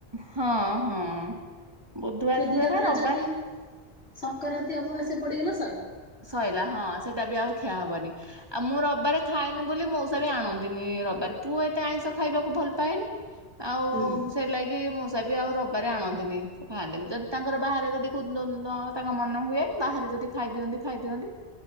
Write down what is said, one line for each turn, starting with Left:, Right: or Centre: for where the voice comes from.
Right: ହଁ ହଁ ବୁଧୁବାରେ
Left: ସେ ଦିଟା
Right: <unintelligible>
Left: ବାର
Right: ରବିବାରେ।
Left: ଯଦି ସଂକ୍ରାନ୍ତି ଅମାବାସ୍ୟା ପଡ଼ିଗଲା ସଇଲା।
Right: ସଇଲା ହଁ ସେଇଟା ବି ଆଉ ଖିଆ ହବନି। ଆଉ ମୁଁ ରବିବାର ଖାଏନି ବୋଲି ମଉସା ବି ଆଣନ୍ତିନି ରବିବାର ପୁଅ ଏତେ ଆଇଁଷ ଖାଇବାକୁ ଭଲ ପାଏନି। ଆଉ
Left: ହୁଁ
Right: ସେ ଲାଗି ମୋଉସା ବି ଆଉ ରବିବାରେ ଆଣନ୍ତିନି ସେ ଖାଆନ୍ତିନି। ଯଦି ତାଙ୍କର ବାହାରେ ଯଦି କୋଉ ଦିନ ନ୍ଦନ ତାଙ୍କ ମନ ହୁଏ। ବାହାରେ ଯଦି ଖାଇ ଦିଅନ୍ତି। ଖାଇଦିଅନ୍ତି